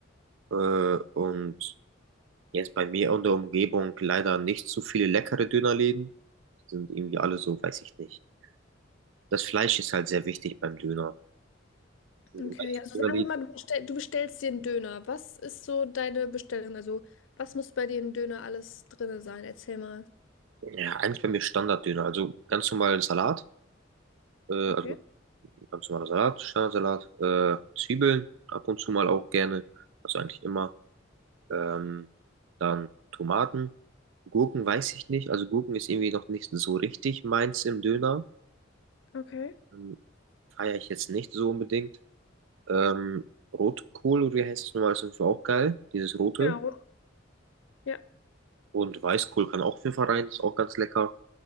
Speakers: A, on the right; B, on the left.
A: Äh, und Jetzt bei mir in der Umgebung leider nicht so viele leckere Dönerläden. Die Sind irgendwie alle so, weiß ich nicht. Das Fleisch ist halt sehr wichtig beim Döner. Die
B: Okay,
A: meisten
B: ja, also
A: Dönerläden,
B: sagen wir mal, du bestell, du bestellst dir einen Döner. Was ist so deine Bestellung? Also, was muss bei dir im Döner alles drin sein? Erzähl mal.
A: ja, eigentlich bei mir Standarddöner. Also ganz normalen Salat, äh,
B: Okay.
A: also ganz normaler Salat, Standardsalat, äh, Zwiebeln, ab und zu mal auch gerne, also eigentlich immer. Ähm, dann Tomaten, Gurken weiß ich nicht. Also Gurken ist irgendwie noch nicht so richtig meins im Döner.
B: Okay.
A: Ähm, feiere ich jetzt nicht so unbedingt. Ähm, Rotkohl, oder wie heißt es nochmal, ist auf jeden Fall auch geil, dieses rote.
B: Genau. Ja.
A: Und Weißkohl kann auch auf jeden Fall rein, ist auch ganz lecker.